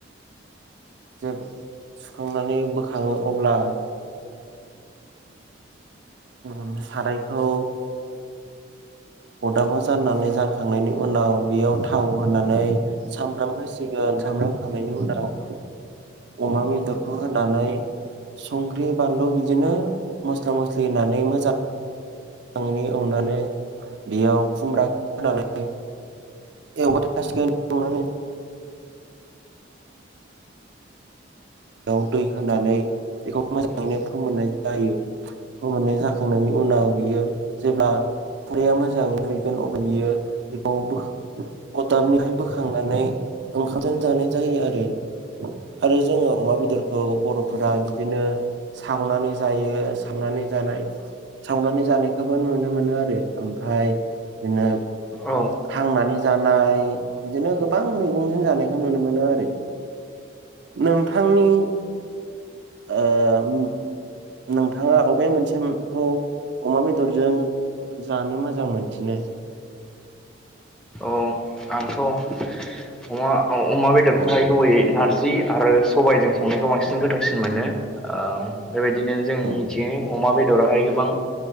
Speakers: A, on the right; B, in the centre.
A: जे सुखांनानै बोखाङो अब्ला उम सारायखौ अदाबाव जाननानै जखांनायनि उनाव बेयाव थाव होनानै सामब्राम होसिगोन सामब्राम होखांनायनि उनाव अमा बेदरखौ होनानै संख्रि बानलु बिदिनो मस्ला मस्लि होननै मोजां आंनि अननानै बेयाव खुमब्रा होनानै एवबाय थासिगोन सुखांनानै बेयाव दै होनानै बेखौ मोजाङैनो फोमोननाय जायो। मोननाय जाखांनायनि उनाव बियो जेब्ला खुरैया मोजाङै रुइगोन अब्ला बियो बेखौ बो अरदाबनिहाय बोखांनानै ओंखामजों जानाय जायो आरो आरो जोंनाव अमा बेदरखौ बर'फोरा बिदिनो सावनानै जायो सावनानै जानाय सावनानै जानायखौबो नुनो मोनो आरो ओमफ्राय बिदिनो
B: औ
A: हांनानै जानाय बिदिनो गोबां मैगंजों जानायखौ नुनो मोनो आरो नोंथांनि ओम नोंथाङा अबे मोनसेखौ अमा बेदरजों जानो मोजां मोनसिनो
B: औ आंथ' अमा अमा बेदरखौहाय
A: औ
B: गुबै नार जि आरो सबायजों संनायखौ बांसिन गोथावसिन मोनो ओ बेबायदिनो जों
A: औ
B: मिथियो अमा बेदराहाय गोबां